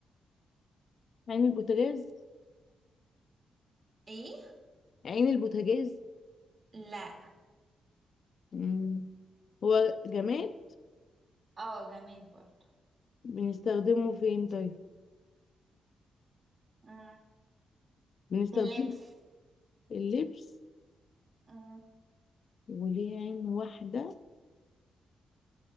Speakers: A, on the left; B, on the right.
A: عين البوتاجاز
B: ايه
A: عين البوتاجاز
B: لا
A: مم. هو جماد
B: اه جماد برضو
A: بنستخدمه فين طيب
B: مم.
A: بنستخدمه
B: في اللبس
A: في اللبس
B: مم.
A: وليه عين واحدة